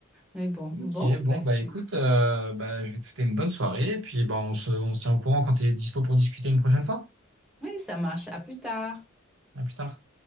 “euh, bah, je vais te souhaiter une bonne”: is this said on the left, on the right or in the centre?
Right